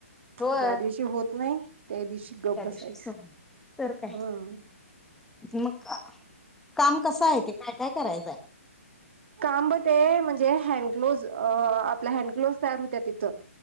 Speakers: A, in the centre; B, on the right (about 50°).
A: होय
B: ज्या दिवशी होत नाही त्या दिवशी गप
A: त्या
B: बसायचं
A: दिवशीच तर काय
B: हम
A: मग काम कस आहे ते काय काय कराय..... जाय
B: काम ब ते म्हणजे ह्यांडग्लोज अ आपल ह्यांडग्लोज तयार होतात तिथं.